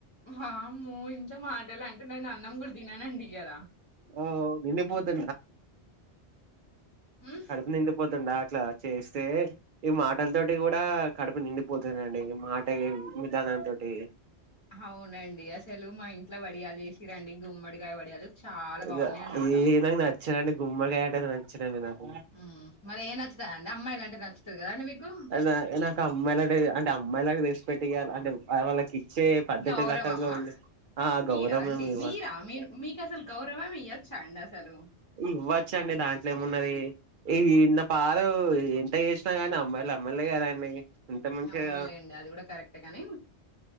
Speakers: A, on the left; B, on the right.
A: వామూ ఇంత మాటలు అంటే నేను అన్నం గుడా తిన్నన్ అండీ ఇయాలా
B: ఓ నిన్న పోతు
A: ఉమ్
B: కడుపు నిందిపోతుంది ఆ చ చేస్తే ఈ మాటలతోటి కూడా కడుపు నిండిపోతుందండి మాట ఏ విధానంతోటి.
A: అవునండి అసలు మా ఇంట్లో వడియాలు చేసిన్లంది గుమ్మడికాయ వడియాలు. చాలా బాగున్నాయి
B: యా
A: అన్నమాట
B: ఇది నా నాచ్ నచ్చినడి గుమ్మడికాయ అంటే అసల్ నచ్చదిఅండి నక్
A: ఉమ్, మరి ఏం నచ్చుతదండి అమ్మాయిలంటే నచ్చుతది కదండి మీకు
B: అద నాకు అమ్మాయిలా అంటే అమ్మాయిలా తెస్త పెట్టిేయాలి అంటే వాళ్ళకి ఇచ్చే పద్ధతి
A: గౌరవమ్మా
B: రకంగా ఉండే ఆ
A: మీరా
B: గౌరవం
A: అండి
B: ఇవ్వాలి
A: మీరా మీ మీకు అసలు గౌరవం ఇయ్యొచ్చా అండి అసలు
B: ఇవ్వచ్చండి దాంట్లో ఏమున్నా మరి ఈ ఇన్న పారు ఎంత చేసినా కానీ అమ్మాయిలు అమ్మాయిలు కదండి. ఎంత మంచిగా
A: అవునులేండి అది కూడా కరెక్ట్ గాని